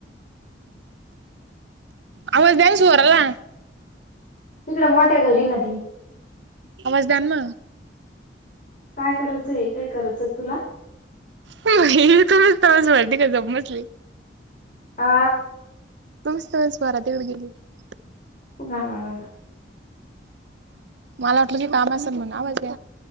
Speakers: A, on the right; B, on the left.
A: आवाज द्या स्वराला
B: तिकडे मोठ्या घरी नदी
A: आवाज द्या ना
B: काय करायचं हे काय करायचं तुला
A: म तुलाच तेव्हाच वाटली का जाऊन बसली
B: हा
A: तूच तेव्हा बारातीकडे गेली <unintelligible>
B: हम
A: मला वाटलं की काम असल म्हणून आवाज